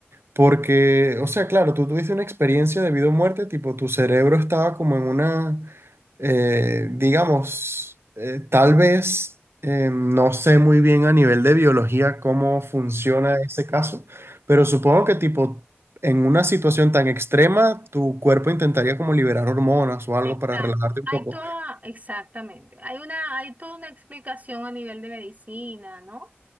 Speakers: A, on the right; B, on the right.
A: Porque, o sea, claro, tú tuviste una experiencia de vida o muerte, tipo, tu cerebro estaba como en una, eh, digamos, eh, tal vez, eh, no sé muy bien a nivel de biología cómo funciona ese caso, pero supongo que, tipo, en una situación tan extrema, tu cuerpo intentaría como liberar hormonas o algo
B: Exacto,
A: para relajarte un
B: hay
A: poco.
B: toda, exactamente, hay una, hay toda una explicación a nivel de medicina, ¿no?